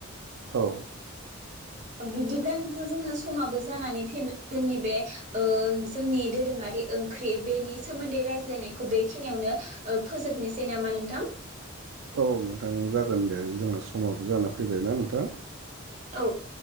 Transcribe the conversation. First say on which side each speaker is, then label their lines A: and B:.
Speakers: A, on the right (about 80°); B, on the right (about 40°).
A: औ
B: बिदिब्ला नोंथां जोंना समाबो जानानै फैबाय जोंनि बे ओ जोंनि दोरोङारि ओंख्रि बेनि सोमोन्दै रायज्लायनायखौ बेखिनियावनो ओ फोजोबनोसै नामा नोंथां?
A: औ नोंथां जागोन दे जोंना समाबो जाना फैबायना नोंथां।
B: औ